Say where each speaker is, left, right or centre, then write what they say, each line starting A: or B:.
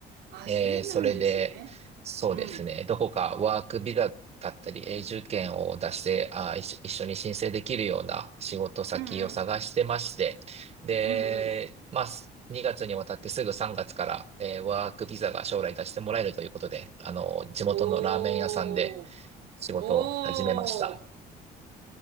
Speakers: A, on the right; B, on the right.
A: あ、
B: えーそれで、
A: そうなんですね。
B: そうですね、
A: うん。
B: どこかワークビザだったり永住権を出して、あー、一緒一緒に申請できるような仕事先を探してまして、
A: うんうん。
B: で、
A: うんうん。
B: まあ、す2月にわたってすぐ3月から、えーワークビザが将来出してもらえるということで、あの、地元のラーメン屋さんで
A: おー。
B: 仕事を始めました。
A: おー。